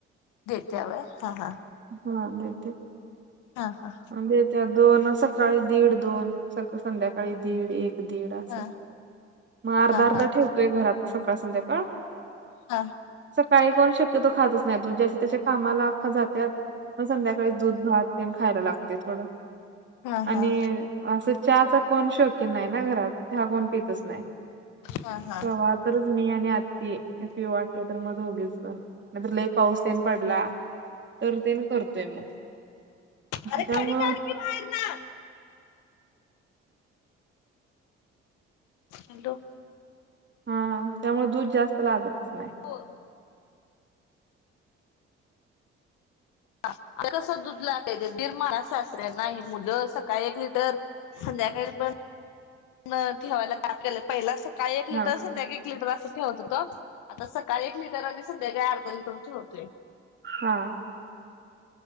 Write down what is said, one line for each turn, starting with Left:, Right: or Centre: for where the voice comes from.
Left: देतवर हा हा
Right: हा देेते
Left: हा हा
Right: म्हणजे त्या दोन सकाळी दीड दोन सका संध्याकाळी दीड एक दीड अस
Left: हा
Right: मग अर्धा
Left: हा
Right: अर्धा
Left: हा
Right: ठेवतोय घरात सकाळ संध्याकाळ
Left: हा
Right: सकाळी कोण शक्यतो खातच नाही. तू ज त्याच्या कामाला जातात. मग संध्याकाळी दूध -भात तेन खायला लागते थोडं.
Left: हा
Right: आणि
Left: हा
Right: असं, चहाचा कोण शोकीन नाही ना घरात. चहा कोण पितच नाही.
Left: हा हा
Right: <unintelligible> तरच मी आणि आत्ती. पिव वाटल तर म धोगीच जण. नाही तर, लई पाऊस तेन पडला तर ते न करतोय मग.
Left: अरे
Right: त्यामु
Left: कडी काढ की बाहेर ना हॅलो.
Right: हा, त्यामुळे दूध जास्त लागतच नाही.
Left: हो. आता कसं दूध <unintelligible> सासऱ्याना ही मुलं. सकाळी एक लिटर संध्याकाळी पण. <unintelligible> ठेवायला <unintelligible> पहिला सकाळी एक
Right: हा
Left: लिटर संध्याकाळी एक. लिटर अस ठेवत होतो. आता सकाळी एक लिटर आणि सध्या अर्ध लिटर ठेवतोय.
Right: हा.